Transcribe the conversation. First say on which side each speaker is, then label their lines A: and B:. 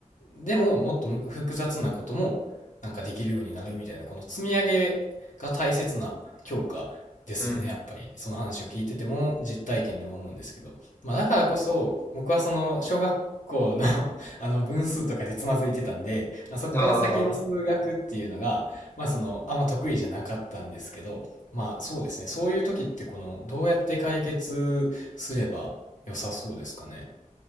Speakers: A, on the left; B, on the left.
A: でももっと複雑なこともなんかできるようになるみたいな、この積み上げが大切な強化ですよね、
B: うん。
A: やっぱり。その話を聞いてても実体験でも思うんですけど。まあだからこそ僕はその小学校の <laughs> あの分数とかでつまずいてたんで、まあそこから先の数学っていうのが、
B: ああ、
A: まあそのあんま得意じゃなかったんですけど、まあそうですね、そういう時ってこのどうやって解決すれば良さそうですかね。